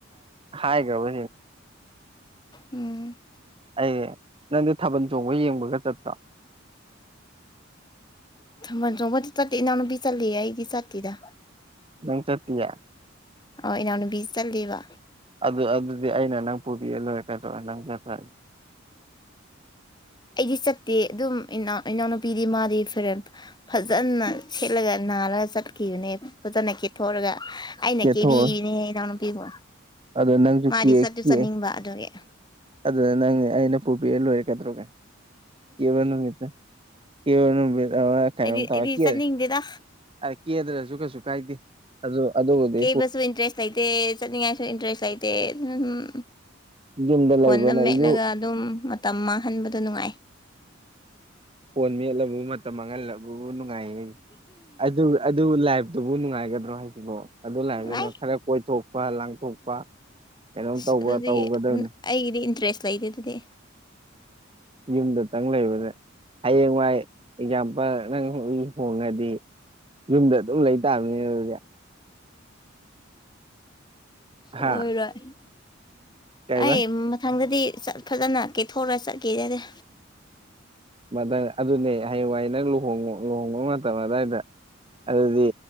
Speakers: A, on the right; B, on the left.
A: ꯍꯥꯏꯒꯕ꯫
B: ꯎꯝ꯫
A: ꯑꯩ ꯅꯪꯗꯤ ꯊꯥꯕꯜ ꯆꯣꯡꯕ ꯌꯦꯡꯕꯒ ꯆꯠꯄ꯭ꯔꫭ꯫
B: ꯃꯖꯕꯗꯤ ꯏꯅꯥꯅ ꯆꯂꯦ ꯏꯗꯤ ꯖꯥꯇꯗ
A: ꯅꯪ ꯆꯠꯇꯤꯌꯥ
B: ꯑꯣ ꯏꯅꯥꯎꯅꯨꯄꯤ ꯆꯠꯂꯤꯦꯕ
A: ꯑꯗꯨ ꯑꯗꯨꯗꯤ ꯑꯩꯅ ꯅꯪ ꯄꯨꯕꯤꯑ ꯂꯣꯏꯔꯦ ꯀꯩꯗꯧꯔꯦ ꯅꯪ ꯆꯠ꯭ꯔꯒꯦ
B: ꯑꯩꯗꯤ ꯆꯠꯇꯦ ꯑꯗꯨꯝꯅꯥꯎ ꯏꯅꯥꯎꯅꯨꯄꯤꯗꯤ ꯃꯥꯗꯤ ꯐꯔꯦꯟ ꯐꯖꯅ ꯁꯦꯠꯂꯒ ꯅꯥꯜꯔꯂꯒ ꯆꯠꯈꯤꯕꯅꯦ ꯐꯖꯅ ꯀꯦꯊꯣꯛꯑꯒ ꯑꯩꯅ
A: ꯀꯦꯊꯣꯛꯑꯣ
B: ꯀꯦꯕꯤꯅꯦꯍ ꯏꯅꯥꯎꯅꯨꯄꯤꯕꯨ
A: ꯑꯗꯣ ꯅꯪꯁꯨ
B: ꯃꯥꯗꯤ
A: ꯀꯦ
B: ꯆꯠꯇꯨ
A: ꯀꯦ
B: ꯆꯠꯅꯤꯡꯕ ꯑꯗꯨꯒꯤ
A: ꯑꯗꯨꯗ ꯅꯪ ꯑꯩꯅ ꯄꯨꯕꯤꯔ ꯂꯣꯏꯔꯛꯀꯗ꯭ꯔꯣꯒ ꯀꯕ ꯅꯨꯃꯤꯠꯇ ꯀ ꯅ ꯈ
B: ꯑꯩꯗꯤ
A: ꯇ
B: ꯑꯩꯗꯤ
A: ꯀꯦ
B: ꯆꯠꯅꯤꯡꯗꯦꯗ
A: ꯀꯦꯗ꯭ꯔꯁꯨ ꯀꯩꯁꯨ ꯀꯥꯏꯗꯦ ꯑꯗꯨ ꯑꯗꯨꯕꯨꯗꯤ꯫
B: ꯀꯦꯕꯁꯨ ꯏꯟꯇꯔꯦꯁ ꯂꯩꯇꯦ ꯆꯠꯅꯤꯡꯉꯥꯏꯁꯨ ꯏꯟꯇꯔꯦꯁ ꯂꯩꯇꯦ ꯎꯝ
A: ꯌꯨꯝꯗ
B: ꯐꯣꯟꯗ
A: ꯂꯩꯕꯅ
B: ꯃꯦꯠꯂꯒ꯫
A: ꯌꯨ
B: ꯑꯗꯨꯝ ꯃꯇꯝ ꯃꯥꯡꯍꯟꯕꯗꯣ ꯅꯨꯡꯉꯥꯏ꯫
A: ꯐꯣꯟ ꯃꯦꯠꯂꯕ ꯃꯠ꯫ ꯃꯥꯡꯍꯜꯂꯕꯕꯨ ꯅꯨꯡꯉꯥꯏꯌꯦ ꯑꯗꯨ ꯑꯗꯨ ꯂꯥꯏꯐꯇꯨꯕꯨ ꯅꯨꯡꯉꯥꯏꯒꯗ꯭ꯔꯣ ꯍꯥꯏꯁꯤꯕꯣ꯫ ꯑꯗꯨ ꯂꯥꯏꯗꯨꯅ
B: ꯅꯨꯡꯉꯥꯏ
A: ꯈꯔ ꯀꯣꯏꯊꯣꯛꯄ ꯂꯥꯡꯊꯣꯛꯄ ꯀꯩꯅꯣꯝ
B: ꯑꯁ
A: ꯇꯧꯕ
B: ꯑꯗꯨꯗꯤ
A: ꯇꯧꯒꯗꯕꯅꯤ꯫
B: ꯑꯩꯒꯤꯗꯤ ꯏꯟꯇꯔꯦꯁ ꯂꯩꯇꯦ ꯑꯗꯨꯗꯤ꯫
A: ꯌꯨꯝꯗꯇꯪ ꯂꯩꯕꯅꯦ ꯍꯌꯦꯡꯋꯥꯏ ꯑꯦꯛꯖꯥꯝꯄꯜ ꯅꯪ ꯂꯨꯍꯣꯡꯉꯗꯤ꯫ ꯌꯨꯝꯗ ꯑꯗꯨꯝ ꯂꯩꯇꯥꯥꯝꯅꯤꯅꯦ ꯑꯗꯨꯗꯤ꯫
B: ꯁꯣꯏꯔꯣꯏ
A: ꯍꯥ ꯀꯩꯕ
B: ꯑꯩ ꯃꯊꯪꯗꯗꯤ ꯆꯠ꯫ ꯐꯖꯅ ꯀꯦꯊꯣꯛꯔ ꯆꯠꯀꯦꯔꯗ‌ꯦ꯫
A: ꯃꯊꯪ ꯑꯗꯨꯅꯦ ꯍꯌꯦꯡ ꯋꯥꯏ ꯅꯪ ꯂꯨꯍꯣꯡ ꯂꯨꯍꯣꯡꯕ ꯃꯇꯝ ꯑꯗꯨꯋꯥꯏꯗ ꯑꯗꯨꯗꯤ